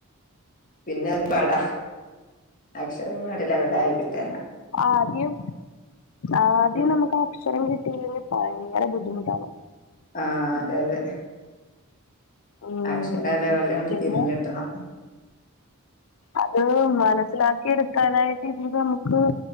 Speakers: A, on the left; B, on the left.
A: പിന്നൊന്നു പാട അക്ഷരങ്ങളാണ്ട് ലെവലായി കിട്ടാനാ
B: ആദ്യം ആദ്യം
A: ഉം
B: നമുക്ക് അക്ഷരം കിട്ടിയില്ലെങ്കിൽ ഭയങ്കര ബുദ്ധിമുട്ടാണ്
A: ആഹ് അതെ അതെ
B: ഉം
A: അക്ഷരാ ലെവല്ലാണ്ട്
B: പിന്നെ
A: തിരിഞ്ഞ്ട്ടണം
B: അത് മനസ്സിലാ ക്കി എടുക്കാനായിട്ട് ഇതിത് നമുക്ക്